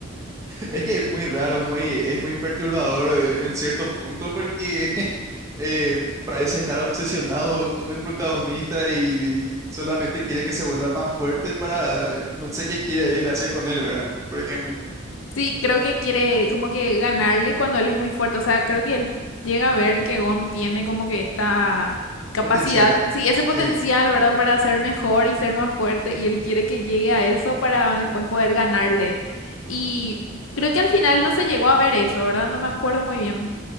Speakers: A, on the right; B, on the left.
A: es que es muy raro, muy, es muy perturbador eh, en cierto punto porque <laughs> eh, parece estar obsesionado con el protagonista y, y solamente quiere que se vuelva más fuerte para eh, no sé qué quiere él hacer con él, ¿verdad? Por ejemplo,
B: Sí, creo que quiere como que ganarle cuando él es muy fuerte. O sea, creo que él llega a ver que Gon tiene como que esta capacidad,
A: potencial.
B: sí, ese potencial,
A: Sí,
B: ¿verdad? Para ser mejor y ser más fuerte. Y él quiere que llegue a eso para después poder ganarle. Y creo que al final no se llegó a ver eso, ¿verdad? No me acuerdo muy bien.